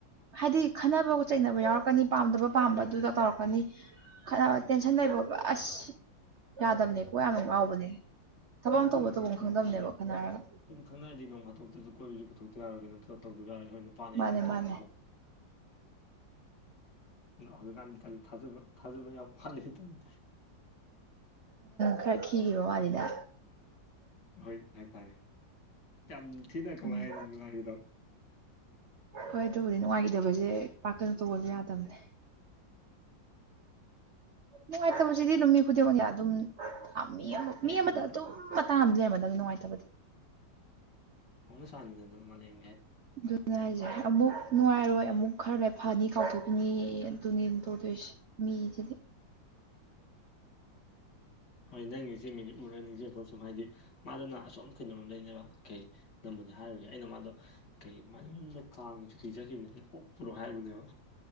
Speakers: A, on the right; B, on the left.
A: ꯍꯥꯏꯗꯤ ꯈꯟꯅꯕ ꯆꯩꯅꯕ ꯌꯥꯎꯔꯛꯀꯅꯤ ꯄꯥꯝꯗꯕ ꯄꯥꯝꯕ ꯑꯗꯨꯗ ꯇꯧꯔꯛꯀꯅꯤ ꯈꯠꯅꯕ ꯇꯦꯟꯁꯟ ꯂꯩꯕꯠ ꯑꯁ ꯌꯥꯗꯕꯅꯦꯀꯣ ꯌꯥꯝ ꯉꯥꯎꯕꯅꯦ ꯊꯕꯛ
B: ꯍꯣꯏ
A: ꯑꯃ
B: ꯑꯗꯨꯏ
A: ꯇꯧꯕ
B: ꯋꯥ
A: ꯇꯐꯝ
B: ꯅꯠꯇꯅ
A: ꯈꯪꯗꯝꯕꯅꯦꯕ
B: ꯍꯥꯏꯗꯤ
A: ꯈꯟꯅꯔꯒ
B: ꯁꯨꯝ ꯈꯪꯅꯔꯗꯤ ꯅꯣꯡ ꯍꯥꯥꯇꯣꯛꯇꯁꯨ ꯀꯣꯏꯔꯁꯨ ꯄꯨꯊꯣꯛꯇ ꯌꯥꯔꯣꯏꯦ ꯅꯠꯇ꯭ꯔ ꯇꯧꯗꯕ ꯌꯥꯔꯦ ꯍꯣꯏ ꯅꯨꯄꯥꯅ ꯑꯩꯅ
A: ꯃꯥꯅꯦ
B: ꯇꯧꯅꯤꯀꯣ
A: ꯃꯥꯅꯦ
B: ꯍꯧꯖꯤꯛꯀꯥꯟꯗꯤ ꯇ ꯊꯥꯖꯕ ꯊꯥꯖꯕ ꯌꯥꯝ ꯄꯦ ꯇ
A: ꯈꯔ ꯈꯤꯈꯤꯕ ꯃꯥꯜꯂꯤꯗ
B: ꯍꯣꯏ ꯍꯥꯏꯇꯥꯔꯦ ꯌꯥꯝ ꯊꯤꯅ ꯀꯃꯥꯏꯔꯗꯤ
A: ꯎꯝ
B: ꯅꯨꯡꯉꯥꯏꯈꯤꯗꯧ
A: ꯍꯣꯏ ꯑꯗꯨꯕꯨꯗꯤ ꯅꯨꯡꯉꯥꯏꯈꯤꯗꯕꯁꯦ ꯄꯥꯛꯀꯩꯅꯣ ꯇꯧꯕꯒꯁꯨ ꯌꯥꯗꯕꯅꯦ ꯅꯨꯡꯉꯥꯏꯇꯕꯁꯤꯗꯤ ꯑꯗꯨꯝ ꯃꯤ ꯈꯨꯗꯤꯡꯃꯛꯅ ꯑꯗꯨꯝ ꯃꯤ ꯑꯃ
B: ꯍꯣꯏ
A: ꯃꯤ
B: ꯑꯗꯨꯕꯨꯗꯤ
A: ꯑꯃꯗ ꯑꯗꯨꯝ ꯃꯇꯥꯡ ꯑꯃꯗꯤ ꯂꯩꯔꯝꯗ ꯑꯗꯨꯗꯤ ꯅꯨꯡꯉꯥꯏꯇꯕꯗꯤ
B: ꯍꯥꯎꯅ ꯁꯥꯥꯔꯅꯤ ꯗ ꯑꯗꯨ ꯃ ꯂꯩ
A: ꯑꯗꯨꯉꯥꯏꯖꯦ ꯑꯃꯨꯛ ꯅꯨꯡꯉꯥꯏꯔꯣꯏ ꯑꯃꯨꯛ ꯈꯔ ꯂꯐꯅꯤ ꯀꯥꯎꯊꯣꯛꯈꯤꯅꯤ ꯑꯗꯨꯅꯦꯅ ꯇꯧꯗꯣꯏꯁꯦ ꯃꯤꯁꯤꯗꯤ
B: ꯍꯣꯏ ꯅꯪ ꯏꯆꯦ ꯃꯤꯅꯤꯠꯄꯨꯔ ꯅꯤꯡꯣꯠꯦ ꯑꯗꯨꯝ ꯍꯥꯏꯗꯤ ꯃꯥꯗꯨꯅ ꯑꯁꯨꯝꯝ ꯀꯩꯅꯣꯝ ꯂꯩꯅꯦꯕ ꯀꯩ ꯅꯕꯨꯅꯤ ꯍꯥꯏꯔꯒꯦ ꯑꯩꯅ ꯃꯥꯗꯣ ꯀꯩ ꯃꯝꯗ ꯀꯥꯡꯉꯤꯁꯨ ꯊꯤꯖꯈꯤꯕꯅꯦ ꯀꯣꯛꯄꯔꯣ ꯍꯥꯏꯔꯤꯕꯅꯦꯕ